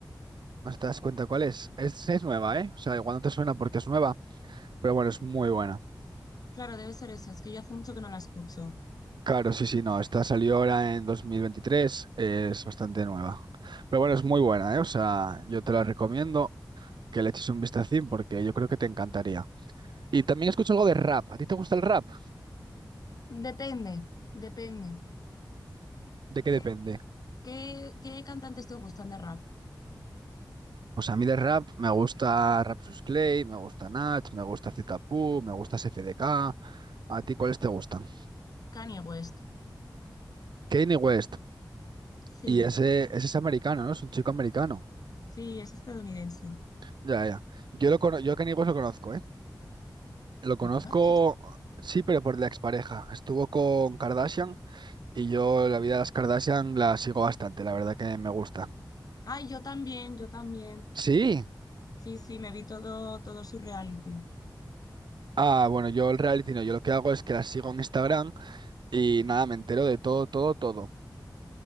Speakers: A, on the right (about 70°); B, on the left (about 50°).
A: No te das cuenta cuál es. Es, es nueva, ¿eh? O sea, igual no te suena porque es nueva, pero bueno, es muy buena.
B: Claro, debe ser eso. Es que yo hace mucho que no la escucho.
A: Claro, sí, sí, no. Esta salió ahora en 2023, es bastante nueva. Pero bueno, es muy buena, ¿eh? O sea, yo te la recomiendo que le eches un vistacín porque yo creo que te encantaría. Y también escucho algo de rap. ¿A ti te gusta el rap?
B: Depende, depende.
A: ¿De qué
B: ¿Qué,
A: depende?
B: qué, qué- qué cantantes te gustan de rap?
A: Pues a mí de rap me gusta Rapsus Clay, me gusta Nach, me gusta Zetapu, me gusta SFDK. ¿A ti cuáles te gustan?
B: Kanye West.
A: Kanye West.
B: Sí,
A: Y ese, ese es americano, ¿no? Es un chico americano.
B: sí, es estadounidense.
A: Ya, ya. Yo, lo cono- yo a Kanye West lo conozco, ¿eh? Lo
B: ¿Lo
A: conozco,
B: conoces?
A: sí, pero por la expareja. Estuvo con Kardashian y yo la vida de las Kardashian la sigo bastante, la verdad que me gusta.
B: Ay, yo también, yo también.
A: Sí.
B: Sí, sí, me vi todo, todo su reality.
A: Ah, bueno, yo el reality no, yo lo que hago es que las sigo en Instagram y nada, me entero de todo, todo, todo.